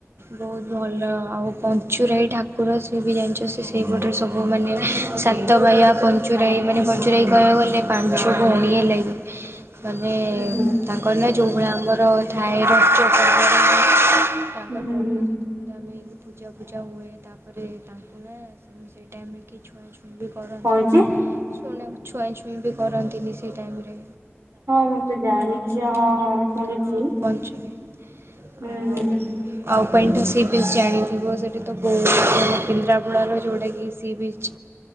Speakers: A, on the right; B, on the right.
A: ବହୁତ ଭଲ ଆଉ ପଞ୍ଚୁରାଇ ଠାକୁର ସିଏ ବି ଜାଣିଛ ସେ ସେଇପଟରେ ସ ବୁ ମାନେ ସାତ ବାହ ପଞ୍ଚୁରାଇ ମାନେ ପଞ୍ଚୁରାଇ କହିବାକୁ ଗଲେ ପାଞ୍ଚ ପୁଣି ଲାଗି ମାନେ
B: ହୁଁ ହୁଁ।
A: ତା କନା ଯୋଉ ଭଳିଆ ଆମର <unintelligible>
B: ହୁଁ ହୁଁ ହୁଁ
A: ଧୁମଧାମ ହେକି ପୂଜା ଫୂଜା ହୁଏ ତାପରେ ତାଙ୍କୁ ନା ସେ ସେଇ ଟାଇମ୍ ରେ କି ଛୁଆଁ ଛୁଇଁ ବି କରନ୍ତିନି
B: କଣ ହେଇଛି
A: ଶୁଣ ଛୁଆଁ ଛୁଇଁ ବି କରନ୍ତିନି ସେଇ ଟାଇମ୍ ରେ।
B: ହଁ ମୁଁ ତ ଜାଣିଛି ହଁ ହଁ ଶୁଣିଛି।
A: ହଁ ପଞ୍ଚରେ
B: ହୁଁ
A: ଆଉ
B: ହୁଁ।
A: ଆଉ ପାଇଁ ତ ସି ବିଚ୍ ଜାଣିଥିବ ସେଇଟି ତ ବହୁତ କେନ୍ଦ୍ରାପଡ଼ାର ଯେଉଁଟାକି ସି ବିଚ୍